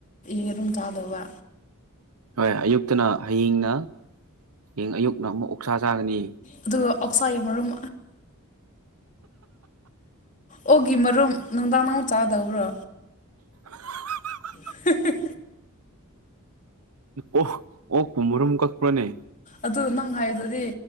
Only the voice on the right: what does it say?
ꯍꯣꯏ ꯑꯌꯨꯛꯇꯅ ꯍꯌꯦꯡꯅ ꯍꯌꯦꯡ ꯑꯌꯨꯛꯅ ꯑꯃꯨꯛ ꯑꯣꯛꯁꯥ ꯆꯥꯒꯅꯤ
<unintelligible>
ꯑꯣ ꯑꯣꯛꯄꯨ ꯃꯔꯨꯝ ꯀꯛ ꯄ꯭ꯔꯅꯦ꯫